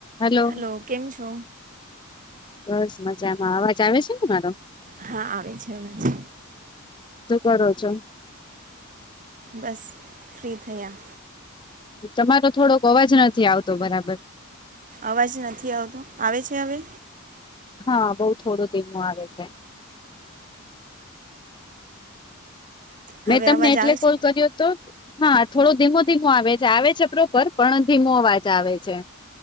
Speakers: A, on the left (about 20°); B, on the right (about 35°).
A: Hello
B: hello કેમ છો.
A: બસ મજામાં અવાજ આવે છે ને મારો.
B: હા આવે છે અવાજ છે.
A: શું કરો છો.
B: બસ ફ્રી થયા.
A: તમારો થોડોક અવાજ નથી આવતો બરાબર.
B: અવાજ નથી આવતો આવે છે હવે.
A: હા બઉુ થોડો ધીમો આવે છે.
B: હવે
A: મેં તમને
B: અવાજ
A: એટલે
B: આવે
A: કોલ
B: છે
A: કર્યો હતો. હા થોડો ધીમો ધીમો આવે છે આવે છે પ્રોપર પણ ધીમો અવાજ આવે છે.